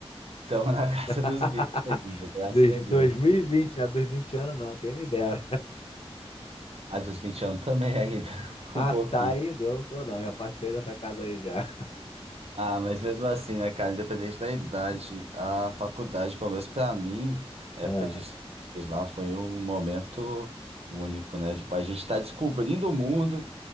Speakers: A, on the right; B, on the left.
A: Estamos na casa
B: <laughs>
A: dos 20 ainda, graças
B: Dos-
A: a Deus.
B: dois mil e vinte, né? Dos 20 anos não, quem me dera.
A: A dos 20 anos também ainda, <laughs>
B: Ah,
A: um pouquinho.
B: tu tá aí? Eu não tô não, já passei dessa casa aí já.
A: Ah, mas mesmo assim, né, cara, independente da idade, a faculdade, pelo menos pra mim, a
B: <laughs>
A: época de estudos lá foi um momento único, né? Tipo, a gente tá descobrindo o mundo,